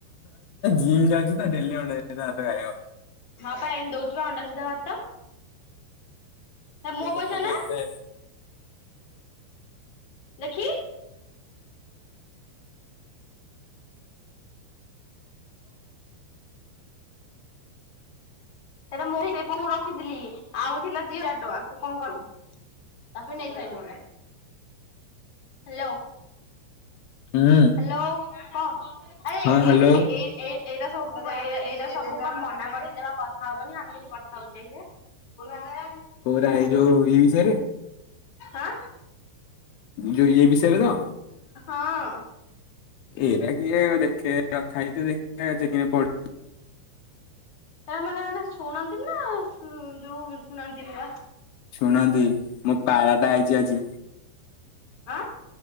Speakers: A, on the left; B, on the left.
A: ଜିମ୍ ଯାଉଛି ତ ଡ଼େଲି ଅଣ୍ଡା ଭାତ ଖାଇବ।
B: ମାଁ ପା ଏଇନେ ଦଉଚି ପା ଅଣ୍ଡା ସିଝା ଭାତ। ହେଟା ମୋ
A: ସେ ଲୋକ
B: ପଇସା
A: ବି
B: ନା?
A: ଏତେ
B: ଦେଖି କହୁନୁ ସେଇଟା ମୋ ସେଠି ମୁଁ ରଖିଥିଲି, ଆଉ ଥିଲା ଦି ହଜାର ଟଙ୍କା, ତୁ କଣ କରୁ? ତାକୁ ବି ନେଇସାଇଲୁଣି। ହାଲୋ।
A: ହୁଁ
B: ହାଲୋ ହଁ ଆରେ
A: ହଁ ହ୍ୟାଲୋ
B: ଏ ଏ ଏଇ ଏଇଟା ସବୁ ଏଇଟା ସବୁ ପା ମନା କରିଥିଲେ କଥା ହବନି, ଆମେ କି କଥା ହଉଛେ ଏଇରେ <unintelligible>
A: କୋଉରା ଏଇ ଯୋଉ ଇଏ ବିଷୟରେ?
B: ଆଁ
A: ଯୋଉ ଇଏ ବିଷୟରେ ତ।
B: ହଁ।
A: ଏରା କିଏ ଜମା ଦେଖେ କଥା ହେଇଛି ଦେଖ
B: ତା ମାନେ ମାନେ ଶୁଣନ୍ତିନି ନା ଯୋଉ ଶୁଣନ୍ତିନି ବା?
A: ଶୁଣନ୍ତି ମୋ ପାରାଟା ଆଇଛି ଆଜି।
B: ଆ